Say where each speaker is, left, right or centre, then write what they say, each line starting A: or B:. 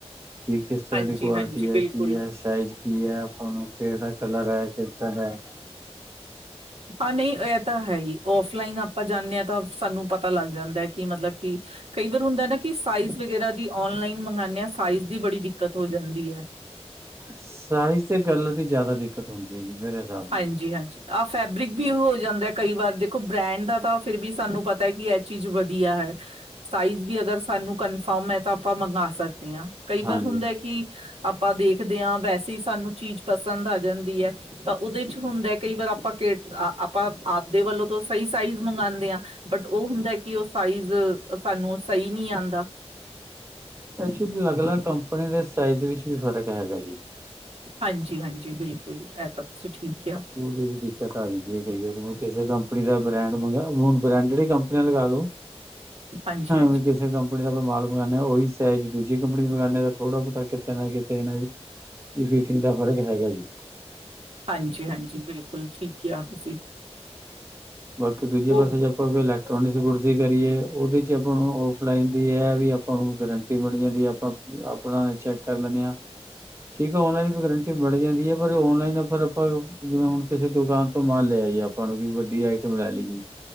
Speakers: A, on the right; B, on the right.
A: ਵੀ ਕਿਸ ਤਰ੍ਹਾਂ
B: ਹਾਂਜੀ,
A: ਦੀ ਕੁਆਲਟੀ
B: ਹਾਂਜੀ
A: ਐ,
B: ਬਿਲਕੁਲ।
A: ਕੀ ਐ, ਸ ਸਾਈਜ ਕੀ ਐ, ਆਪਾਂ ਨੂੰ ਕੇਹੜਾ ਕਲਰ ਐ, ਕਿੱਦਾਂ ਦੈ
B: ਹਾਂ ਨਈ ਏਹ ਤਾਂ ਹੈ ਈ, ਔਫਲਾਈਨ ਆਪਾਂ ਜਾਂਨੇ ਆਂ ਤਾਂ, ਸਾਨੂੰ ਪਤਾ ਲੱਗ ਜਾਂਦਾ ਕਿ, ਮਤਲਬ, ਕਿ ਕਈ ਵਾਰ ਹੁੰਦਾ ਨਾ, ਕਿ ਸਾਈਜ਼ ਵਗੈਰਾ ਦੀ ਓਨ ਓਨਲਾਈਨ ਮੰਗਾਨੇ ਆਂ, ਸਾਈਜ਼ ਦੀ ਬੜੀ ਦਿੱਕਤ ਹੋ ਜਾਂਦੀ ਐ।
A: ਸਾਈਜ਼ ਤੇ ਕਲਰ ਦੀ ਜਾਦਾ ਦਿੱਕਤ ਹੁੰਦੀ ਐ, ਮੇਰੇ ਹਿਸਾਬ ਨਾਲ
B: ਹਾਂਜੀ-ਹਾਂਜੀ। ਆਹ ਫੈਬਰਿਕ ਵੀ ਹੋ ਜਾਂਦਾ ਕਈ ਵਾਰ ਦੇਖੋ ਬ੍ਰੈਂਡ ਦਾ, ਤਾਂ ਫਿਰ ਵੀ ਸਾਨੂੰ ਪਤਾ ਕਿ ਐ ਚੀਜ਼ ਵਧੀਆ ਹੈ। ਸਾਈਜ਼ ਵੀ ਅਗਰ ਸਾਨੂੰ ਕਨਫਰਮ ਐ ਤਾਂ ਆਪਾਂ ਮੰਗਾਂ ਸਕਦੇ ਆਂ। ਕਈ ਵਾਰ
A: ਹਾਂਜੀ
B: ਹੁੰਦਾ ਕਿ, ਆਪਾਂ ਦੇਖਦੇ ਆਂ ਵੈਸੇ, ਈ ਸਾਨੂੰ ਚੀਜ਼ ਪਸੰਦ ਆ ਜਾਂਦੀ ਐ। ਉਦੇ 'ਚ ਹੁੰਦਾ ਕਈ ਵਾਰ, ਆਪਾਂ ਤੇ ਆਪਾਂ ਆਪਦੇ ਵੱਲੋਂ, ਤੋਂ ਸਈ ਸਾਈਜ਼ ਮੰਗਾਂਦੇ ਆਂ। ਬਟ ਓ ਹੁੰਦਾ, ਕਿ ਓ ਸਾਈਜ਼ ਸਾਨੂੰ ਸਈ ਨੀਂ ਆਂਦਾ।
A: ਐਕਚਲੀ ਅਲੱਗ -ਅਲੱਗ ਕੰਪਨੀ ਦੇ ਸਾਈਜ਼ ਵਿਚ ਵੀ ਫ਼ਰਕ ਹੈਗਾ ਜੀ‌।
B: ਹਾਂਜੀ-ਹਾਂਜੀ, ਬਿਲਕੁਲ ਈ ਐ ਤਾਂ ਤੁਸੀਂ ਠੀਕ ਕਿਆ।
A: ਓਹਦੀ ਵੀ ਦਿੱਕਤ ਆ ਜਾਂਦੀ ਹੈ, ਕਈ ਵਾਰ ਕਿਸੇ ਕੰਪਨੀ ਦਾ ਬ੍ਰੈਂਡ ਮੰਗੇਯਾ ਹੁਣ ਬ੍ਰੈਂਡੇਡ ਈ ਕੰਪ ੀਆਂ ਲਗਾ ਲਓ
B: ਹਾਂਜੀ ਹਾਂਜੀ
A: ਵੀ, ਕਿਸੇ ਕੰ ਕੰਪਨੀ ਦਾ ਮੈ ਮਾਲ ਮੰਗਾਨੇ ਹਾਂ, ਓਹੀ ਸੈਜ਼ ਦੂਜੀ ਕੰਪਨੀ ਦਾ ਮੰਗਾਨੇ ਹਾਂ, ਤੇ ਥੋੜਾ ਬੋਤਾ ਕਿਤੇ ਨਾ ਕਿਤੇ ਏਹ ਵੀ ਫੀਟਿੰਗ ਤਾਂ ਫਰਕ ਹੈਗਾ ਈ ਏ।
B: ਹਾਂਜੀ-ਹਾਂਜੀ, ਬਿਲਕੁਲ, ਠੀਕ ਕਿਆ ਤੁਸੀਂ।
A: ਬਾਕੀ ਦੂਜੇ ਪਾਸੇ
B: ਉਹ
A: ਜਾਓ ਕਿਉਂਕਿ ਇਲੈਕਟ੍ਰੋਨਿਕਸ ਗੁਡਸ ਦੀ ਕਰੀਏ ਓਹਦੇ 'ਚ ਆਪਾਂ ਨੂੰ ਔਫਲਾਈਨ ਦੀ ਏਹ ਹੈ ਵੀ ਆਪਾਂ ਨੂੰ ਗਰੰਟੀ ਮਿਲ ਜਾਂਦੀ ਏ, ਆਪਾਂ ਆਪਣਾ ਚੈਕ ਕਰ ਲੈੇਨੇ ਆਾਂ ਠੀਕ ਆ ਔਨਲਾਈਨ ਦੀ ਗਰੰਟੀ ਮਿਲ ਜਾਂਦੀ ਹੈ ਪਰ ਔਨਲਾਈਨ ਫਿਰ ਆਪਾਂ ਜਿਵੇਂ ਹੁਣ, ਕਿਸੇ ਦੁਕਾਨ ਤੋਂ ਮਾਲ ਲੈ ਆਈਏ ਆਪਾਂ ਮਲਬ ਕੀ ਵਦੀਆ ਆਈਟਮ ਲੈ ਲਈਏ,